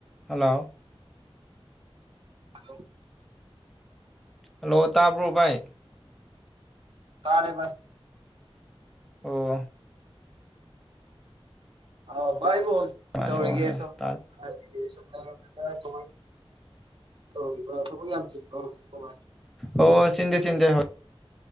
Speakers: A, in the centre; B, on the right.
A: ꯍꯜꯂꯣ
B: ꯑꯥꯜꯂꯣ
A: ꯍꯜꯂꯣ ꯇꯥꯕ꯭ꯔꯣ ꯚꯥꯏ
B: ꯇꯥꯔꯦ ꯚꯥꯢ
A: ꯑꯣ
B: ꯑ ꯚꯥꯏꯕꯨ ꯍꯧꯖꯤꯛꯤ
A: ꯃꯥꯅꯦ
B: ꯇꯧꯔꯤꯒꯦ
A: ꯑꯣ ꯍꯦ
B: ꯁꯨꯝ
A: ꯇꯥꯔꯦ
B: ꯍꯥꯏꯗꯤ ꯁꯨꯝ ꯂꯩꯔꯝꯃꯤꯕ꯭ꯔ ꯀꯃꯥꯏ ꯇꯧꯔꯤꯕ꯭ꯔꯣ ꯊꯕꯛ ꯌꯥꯝ ꯆꯤꯟꯕ꯭ꯔꯣ ꯍꯧꯖꯤꯛꯄꯨ ꯚꯥꯏ
A: ꯑꯣ ꯆꯤꯟꯗꯦ ꯆꯤꯟꯗꯦ ꯍ